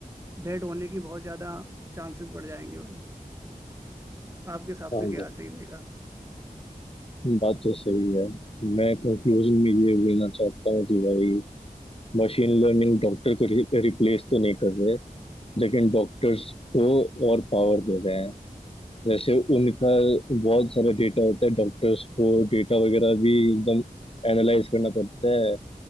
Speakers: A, on the right; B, on the left.
A: डेड होने की बहुत ज्यादा चांसेस बढ़ जाएंगे भाई आपके हिसाब
B: हाँ
A: से क्या सही रहेगा
B: बात तो सही है मैं कंक्लूजन में ये बोलना चाहता हूँ कि भाई मशीन लर्निंग डॉक्टर को रिप्लेस तो नहीं कर रहे लेकिन डॉक्टर्स को और पावर दे रहे हैं जैसे उनका बहुत सारा डेटा होता है डॉक्टर्स को डेटा वगैरह भी एकदम एनालाइज करना पड़ता है